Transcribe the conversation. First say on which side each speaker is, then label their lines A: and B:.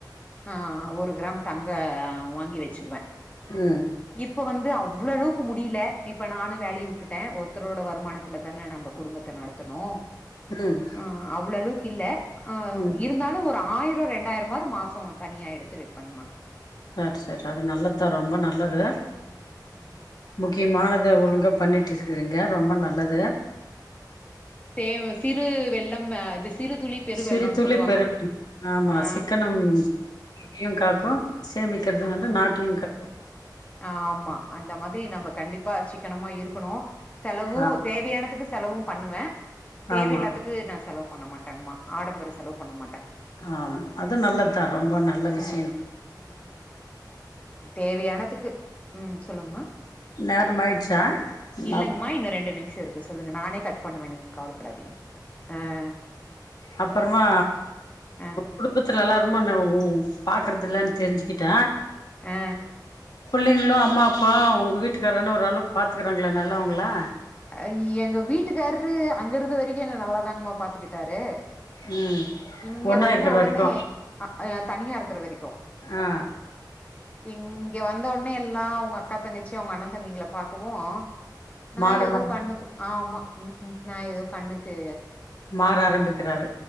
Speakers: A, on the left; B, on the left.
A: ஆ ஒரு கிராம் தங்க வாங்கி வச்சுக்குவே
B: உம்
A: இப்ப வந்து அவ்ள அளவுக்கு முடியல இப்ப நானு வேலய வுட்டுட்ட ஒருத்தரோட வருமானத்துல தா நம்ம குடும்பத் நடத்தணு
B: ம்
A: ஆ அவ்ளோ அளவுக்கில்ல
B: ம்
A: இருந்தாலு ஒரு ஆயிரொ ரெண்டாயிரமாவது மாசோ தனியா எடுத்து வெப்பங்ம்மா
B: சர் சரி அது நல்லத் தா ரொம்ப நல்லது
A: ம் ம்
B: முக்கியமானத ஒழுங்க பண்ணிட்டு இருக்குறீங்க ரொம்ப நல்லது
A: தே சிறு வெள்ளம் அது சிறு துளி பெரு
B: சிறு
A: வெள்ளோன்னு
B: துளி
A: சொல்லுவாங்க
B: பெரு <inaudible> ஆமா
A: ஆ
B: சிக்கனம் வீட்டயும் காக்கு சேமிக்கிறது வந்து
A: ஆ
B: நாட்டையு காக்கு
A: ஆமா அந்த மாரி நம்ம கண்டிப்பா சிக்கனமா இருக்கணு செலவு
B: ஆமா
A: தேவையானதுக்கு செலவு பண்ணுவ தேவையில்லாத்துக்கு
B: ஆமா
A: நா செலவு பண்ண மாட்டங்மா ஆடம்பர செலவு பண்ண மாட்ட
B: ஆமா அது நல்லதுதா ரொம்ப நல்ல விஷயம்
A: உஹும் உம் தேவையானதுக்கு உம் சொல்லுங்கமா
B: நேரம் ஆயிடுச்சா
A: இல்லங்மா
B: ஆமா
A: இன்னு ரெண்டு நிமிஷொ இருக்கு சொல்லுங்க நானே கட் பண்ணுவ நீங்க கவலபடாதிங்க ஆ ஆ
B: அப்பறமா
A: ஆ
B: குடும்பத்துல எல்லாரு <unintelligible> பாக்குறதில்ல தெரிஞ்சுக்கிட்ட
A: ஆ
B: புள்ளைகளு அம்மா அப் ப்பா உங்க வீட்டுக்கார்ரென்ன ஒரு அளவுக்கு பாத்துக்குறாங்ளா நல்லா வங்களா
A: அ எங்க வீட்டுக்கார்ரரு அங்கருந்த வரிக்கும் என்ன நல்லாதாங்மா பாத்துக்கிட்டாரு
B: ம்
A: இங்க
B: ஒன்னா
A: வந்த
B: இருக்கிற
A: ஒடனே
B: வரைக்கு
A: அ அ தனியா இருக்குற வரைக்கு
B: ஆ
A: இங்க வந்த ஒட்னே எல்லா அவுங்க அக்கா தங்கச்சி அவுங்க அண்ணன் தம்பிங்கள பாக்கவு நா
B: மாடலா
A: எதோ கண்ணுக்கு ஆமா ம் ம் நா எதோ கண்ணுக்கு
B: மாற ஆரம்பிக்குறாரு